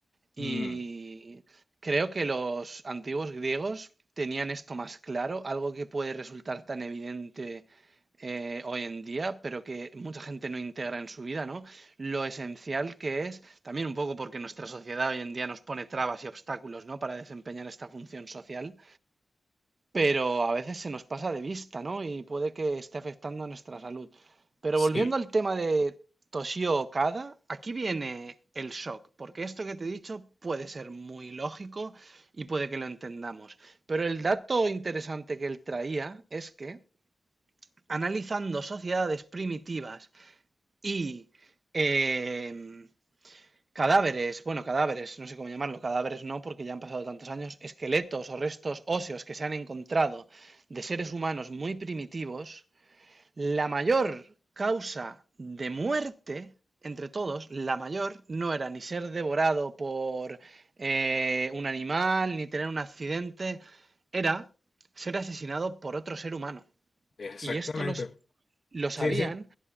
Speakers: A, on the right; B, on the left.
A: Y
B: mm,
A: creo que los antiguos griegos tenían esto más claro, algo que puede resultar tan evidente eh, hoy en día, pero que mucha gente no integra en su vida, ¿no? Lo esencial que es, también un poco porque nuestra sociedad hoy en día nos pone trabas y obstáculos, ¿no? Para desempeñar esta función social, pero a veces se nos pasa de vista, ¿no? Y puede que esté afectando a nuestra salud. Pero
B: sí,
A: volviendo al tema de Toshio Okada, aquí viene el shock, porque esto que te he dicho puede ser muy lógico y puede que lo entendamos. Pero el dato interesante que él traía es que analizando sociedades primitivas y em, Cadáveres, bueno, cadáveres, no sé cómo llamarlo, cadáveres no, porque ya han pasado tantos años, esqueletos o restos óseos que se han encontrado de seres humanos muy primitivos, la mayor causa de muerte entre todos, la mayor, no era ni ser devorado por eh, un animal, ni tener un accidente, era ser asesinado por otro ser humano.
B: exactamente.
A: Y esto los, lo sabían
B: Sí, sí,